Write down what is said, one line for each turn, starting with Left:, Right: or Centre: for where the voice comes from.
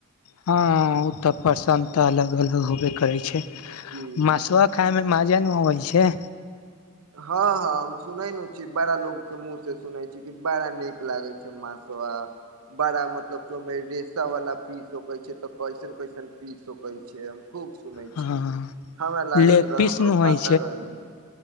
Left: हँ ओ तऽ प्रसन तऽ अलग अलग होबय करैत छै
Right: जी
Left: मसुआ खायमे मजा न अबैत छै
Right: हँ हँ हम सुनै न छी बड़ा लोग कें मुंह से सुने छी कि बड़ा नीक लागे छै मास तो <inaudible> बड़ा मतलब कि ओमे रेसा वाला पीस सक छै तऽ कैसन कैसन पीस सक छै खूब सुनैत
Left: हँ
Right: छी हमरा लागत
Left: लेग
Right: रहय
Left: पीस
Right: हमरो
Left: न होइ
Right: पात रहय छै